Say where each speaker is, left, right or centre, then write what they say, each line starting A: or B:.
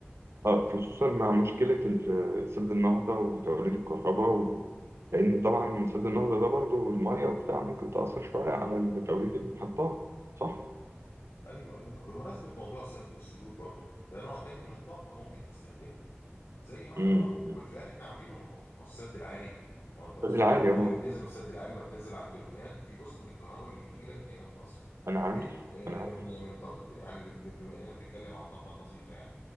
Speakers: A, on the right; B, on the left.
A: اه خصوصا مع مشكله ال- سد النهضه وتوليد الكهرباء و...
B: مم.
A: لان طبعا سد النهضه ده برضو الميه وبتاع ممكن تاثر شويه على ال- توليد المحطات صح؟
B: ايوه ايوه طب بمناسبه موضوع سد السدود برضو ده نوع تاني من الطاقه ممكن تستخدمه زي ما احنا
A: امم
B: وما- وبالفعل احنا عاملينه ما هو ما هو السد العالي ما هو انت مستغل
A: بالعادي
B: مم. الميه
A: اه
B: اللي بتنزل من السد العالي ما بتنزل على التوربينات في جزء من الكهرباء اللي بتجي لك هنا في مصر
A: انا عارف
B: من آه،
A: انا عارف
B: من من طاقه يعني ب- ب- بما اننا بنتكلم على الطاقه النظيفه يعني